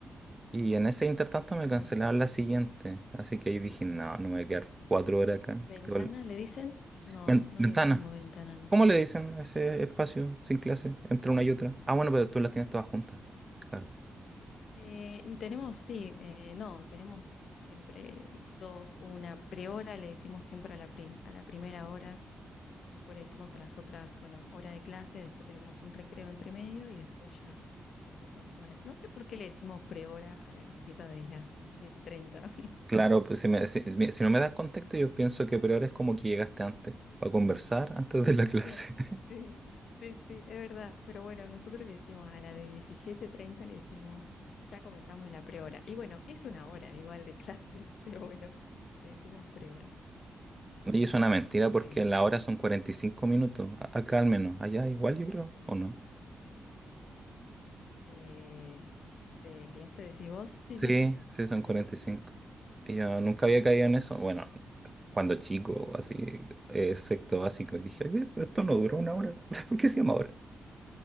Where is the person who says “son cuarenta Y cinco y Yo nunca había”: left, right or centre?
Right